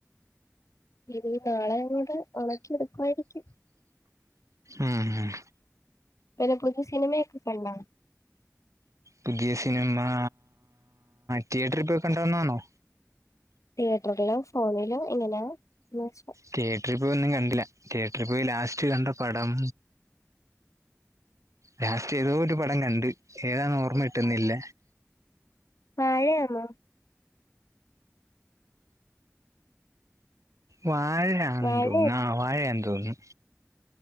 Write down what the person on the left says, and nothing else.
ഇനി നാളെ അങ്ങോട്ട് ഉണക്കിയെടുക്കുവായിരിക്കും.
വേറെ പുതിയ സിനിമയൊക്കെ കണ്ടാ?
തിയേറ്ററിലോ ഫോണിലോ എങ്ങനാ ന്ന് വെച്ചാ.
വാഴ ആന്നോ?
വാഴ